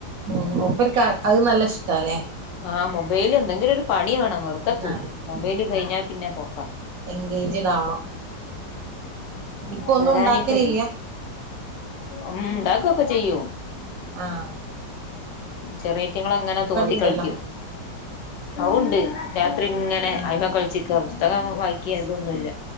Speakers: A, on the right; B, on the left.
A: ഉം മുപ്പർക്ക് അത് നല്ല ഇഷ്ടല്ലേ.
B: ആഹ് മൊബൈല് എന്തെങ്കിലും ഒരു പണി വേണം വെറുതെക്കൂല
A: ആഹ്
B: മൊബൈല് കഴിഞ്ഞാ
A: ആഹ്
B: പിന്നെ പോക്കാ.
A: എൻഗേജ്ഡ് ആവണം ഇപ്പൊ ഒന്നും
B: വരാനിട്ട്
A: ഉണ്ടാക്കലില്ല
B: ഉം ഉണ്ടാകൊക്കെ ചെയ്യോ
A: ആഹ
B: ചെറിയറ്റങ്ങൾ അങ്ങനെ തോണ്ടി
A: ഉണ്ടല്ലോ
B: കളിച്ച അഹ്ണ്ട് രാത്രി ഇങ്ങനെ
A: ആഹ്
B: അയിമ കളിച്ചിക്ക പുസ്തകം വായിക്കെ ഇത് ന്നുല്ല.